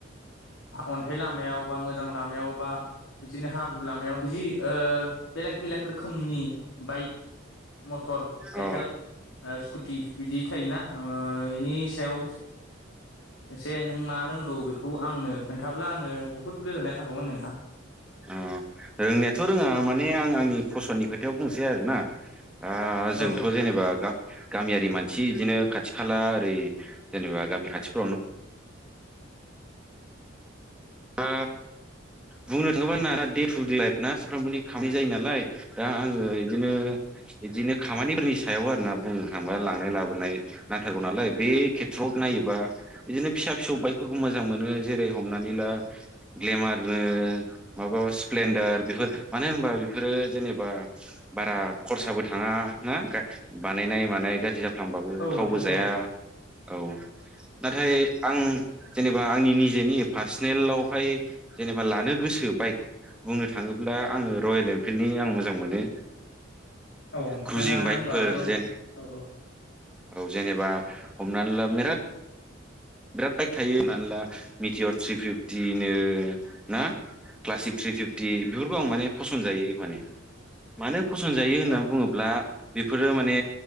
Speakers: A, on the left; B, in the centre.
A: अनथाय लामायावबा माजां ला मायाव बा बिदिनो हाब्रु लामायाव बिदि ओ बेलेक बेलेक रोखोमनि बाइक मटर साइकेल
B: अ
A: ओ स्कुटि बिदि थायोना ओ इनि सायाव एसे नों मा रोंगौ बेखौ आंनो खोन्थाब्ला आङो बुहुद गोजोननाय था गौमोन नोंथां
B: अ रोंनायाथ' रोङा माने आं आंनि फसननि खोथायाव बुंसै आरोना ओ जोंथ'
A: औ
B: जेनेबा गामियारि मानसि बिदिनो खा खाथि खाला ओरै जेनेबा गामि खाथिफ्रावनो ओ बुंनो थाङोबा आंना दे टु दे लाइफ ना सफ्रामबोनि खामनाय जायो नालाय दा आङो इदिनो इदिनो खामानिफोरनि सायाव आरोना बुंनो थाङा लांनाय लाबोनाय नांथारगौ नालाय बे खेथ्रआव नायोबा बिदिनो फिसा फिसौ बाइकफोरखौ मोजां मोनो जेरै हमनानै ला ग्लेमारनो माबा स्प्लेन्डार बेफोर मानो होनबा बेफोरो जेनेबा बारा खरसाबो थाङा ना गा बानायनाय मानाय गाज्रि जा थांबाबो
A: औ
B: थावबो
A: नोंथां
B: जाया
A: औ
B: औ नाथाय आं जेनेबा आंनि निजेनि पार्सिनेलावहाय जेनेबा लानो गोसो बाइक। बुंनो थाङोब्ला आङो रयेल एमफिल्डनि आं मोजां मोनो।
A: औ नोंथाङा
B: क्रुजिं बाइकफोर
A: होमबा रयेल
B: जेन
A: औ औ
B: औ जेनेबा हमनानै ला मेराद बिराद बाइक थायो हमनानै ला मिटियर थ्रि फिफ्टिनो ना क्लासिक थ्रि फिब थि बेफोरखौ आं माने फसन्द जायो माने मानो फसन जायो होन्नानै
A: औ
B: बुङोब्ला बेफोरो माने